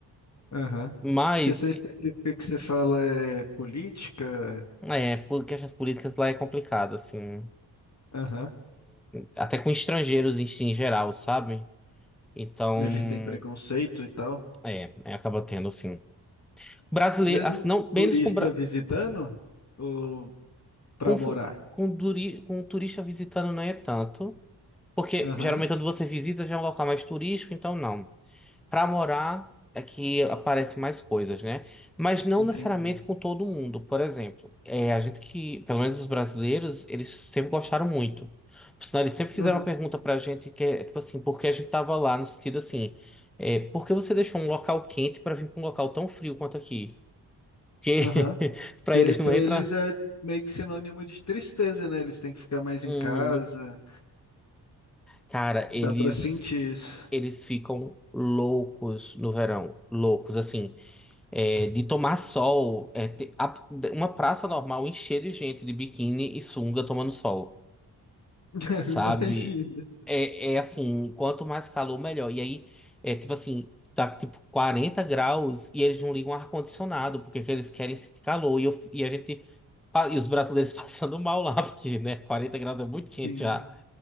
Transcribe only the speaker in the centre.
Mas
É, porque questões políticas lá é complicado, assim.
Até com estrangeiros em, em geral, sabe? Então,
é, é, acaba tendo, assim. Brasileiro,
assim, não,
menos com, bra-
com,
fu- com, duri- com turista visitando não é tanto. Porque
geralmente quando você visita já é um local mais turístico, então não. Para morar é que aparecem mais coisas, né? Mas não
necessariamente com todo mundo. Por exemplo, é, a gente que, pelo menos os brasileiros, eles sempre gostaram muito. Por sinal, eles sempre fizeram
uma pergunta pra gente que é tipo assim, por que a gente tava lá? No sentido assim, é, por que você deixou um local quente para vir para um local tão frio quanto aqui? Porque
<laughs> para
eles
não entra.
Uhum.
Cara, eles
eles ficam loucos no verão, loucos assim. É, de tomar sol, é, te- a- uma praça normal encher de gente de biquíni e sunga tomando sol,
sabe?
É, é assim, quanto mais calor, melhor. E aí, é tipo assim, tá tipo 40 graus e eles não ligam o ar-condicionado, porque que eles querem sentir calor. E, eu f- e a gente, pa- e os brasileiros <laughs> passando mal lá, porque, né, 40 graus é muito quente
já.